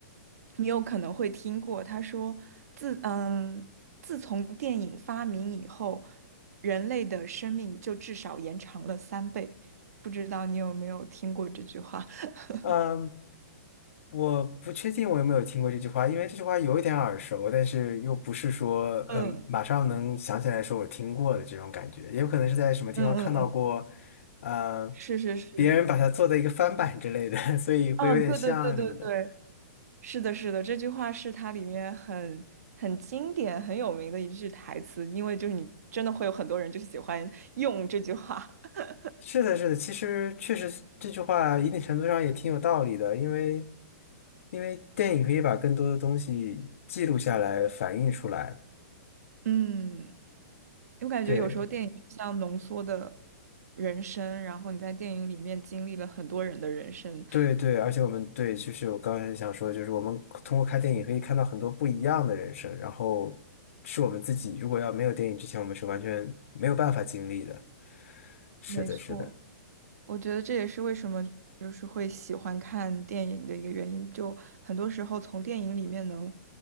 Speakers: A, on the right; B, on the left.
A: 你有可能会听过。他说：“自嗯，自从电影发明以后，人类的生命就至少延长了三倍。”不知道你有没有听过这句话？<laughs>
B: 嗯，我不确定我有没有听过这句话，因为这句话有一点耳熟，但是又不是说，
A: 嗯
B: 嗯，马上能想起来说我听过的这种感觉，也有可能是在什么地方看到过，
A: 嗯嗯嗯，
B: 嗯，
A: 是是是，
B: 别人把它做的一个翻版之类的，<laughs> 所以会有点像什么的。
A: 嗯，对对对对对，是的，是的，这句话是它里面很很经典、很有名的一句台词，因为就是你真的会有很多人就喜欢 <laughs> 用这句话。<laughs>
B: 是的，是的，其实确实是这句话一定程度上也挺有道理的，因为因为电影可以把更多的东西记录下来，反映出来。
A: 嗯，我感觉有时候电影就像浓缩的
B: 对，
A: 人生，然后你在电影里面经历了很多人的人生。
B: 对，对，而且我们对，就是我刚才想说的就是我们通过看电影可以看到很多不一样的人生，然后是我们自己如果要没有电影之前，我们是完全没有办法经历的。是的，
A: 没错。
B: 是的，
A: 我觉得这也是为什么就是会喜欢看电影的一个原因，就很多时候从电影里面能